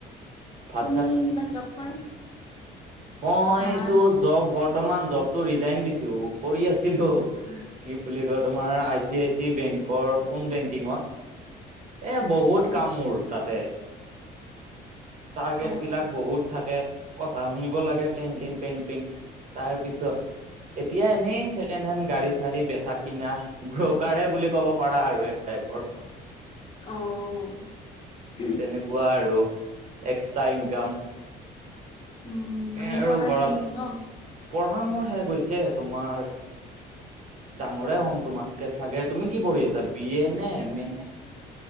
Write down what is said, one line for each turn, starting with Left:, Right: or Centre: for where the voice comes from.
Right: ভাত
Left: তুমি কিবা জব কৰা?
Right: মই
Left: ভাত
Right: বৰ্তমান জব টো ৰিজাইন দিছো, কৰি আছিলো, কি বুলি কয় তোমাৰ I C I C bank বেংকৰ ফোন বেংকিঙত এ বহুত
Left: অ
Right: কাম মোৰ তাতে। টাৰ্গেট
Left: অ
Right: বিলাক বহুত থাকে। কথা শুনিব লাগে কেংকেং পেংপেং। তাৰ পিছত এতিয়া এনেই ছেকেণ্ড হেণ্ড গাড়ী চাড়ী ব চাকিনা ব্ৰ'কাৰে বুলি ক'ব পাৰা আৰু এক। টাইপৰ
Left: অহ।
Right: তেনেকুৱা আৰু এক্সট্ৰা ইনকাম
Left: উম মানে
Right: এ আৰু
Left: পঢ়া
Right: ঘৰত
Left: শেষ ন
Right: পঢ়া মোৰ শেষ হৈছে তোমাৰ ডাঙৰে হ'ম তোমাতকে চাগে তুমি কি পঢ়ি আছা বি এ নে এম এ নে কি?